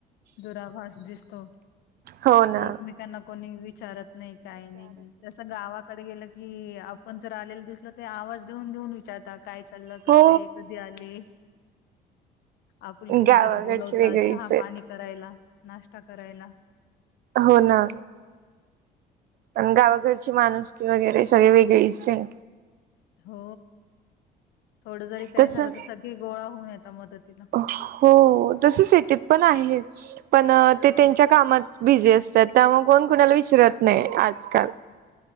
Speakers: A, on the left; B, on the right.
A: दुराभास दिसतो.
B: हो ना
A: की एकमेकांना कोणी विचारत नाही, काही नाही. तस गावाकडे गेलं कि आपण जर आलेल दिसलं तर आवाज देऊन देऊन विचारतात. की काय चाललं, कसं
B: हो
A: आहे, कधी आले? आपुलकीने
B: गावाकडची
A: घरी बोलवता
B: वेगळीच
A: चहा
B: आहेत
A: पाणी करायला नाश्ता करायला
B: हो ना पण गावाघरची माणूस की वगैरे सगळे वेगळीच आहे
A: हो थोडं जरी काही
B: तसं
A: झालं तर सगळी गोळा होऊन येतता मदतीला
B: हो तस सिटीत पण आहे. पण ते त्यांच्या कामात बिझी असतात त्यामुळे कोण कुणाला विचरत नाही आजकाल